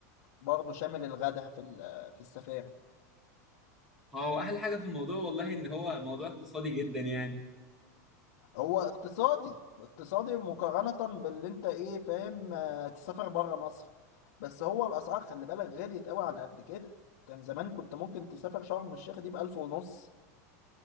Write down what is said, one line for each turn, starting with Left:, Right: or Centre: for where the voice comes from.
Left: برضه شامل الغدا في ال- آه، في السفاري
Centre: اه واحلى حاجة في الموضوع والله ان هو موضوع اقتصادي جدا يعني
Left: هو اقتصادي اقتصادي مقارنة باللي انت ايه فاهم آه، تسافر برا مصر بس هو الاسعار خلي بالك غليت قوي عن قبل كده كان زمان كنت ممكن تسافر شرم الشيخ دي بألف ونص